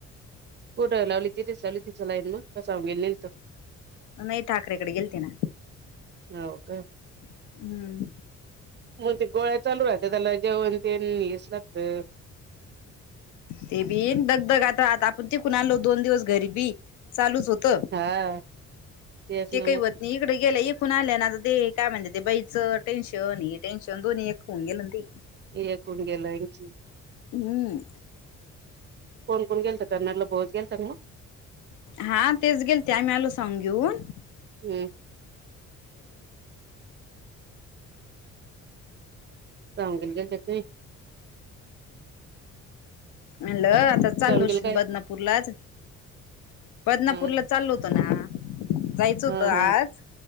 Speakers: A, on the right (about 35°); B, on the left (about 75°).
A: कुठ लावली तिथेचली तिचं लाईन मग कसेल नत
B: नाही ठाकरेकडे गेलते ना
A: हवो का
B: हम्म
A: मग ते गोळ्या चालू राहत्या त्याला जेवण ते तर
B: ते बी दग दग आता आहता आपण तीकून आणलो दोन दिवस घरीबी चालूच होत
A: हा तेच
B: ते
A: ना
B: काही
A: मग
B: होत नाही तकडे गेला एकून आल्या ना आता ते काय म्हणत ते बईचं टनश हो टनशन दधोनी एक खन गे लदी
A: ह कुण गेला इची
B: हम्म
A: कोण कोण गेलत कर्नलला बोच गेलथा का मग
B: हा तेच गेल ते आम्ही आलो सन घेऊन
A: हम्म सांगल गेलत्या की
B: मनल आता चाललो
A: सावंगीला काय
B: बदनापूरलाच बदनापूरला
A: हा
B: चालल होतो ना जायचं होत
A: हा हा
B: आज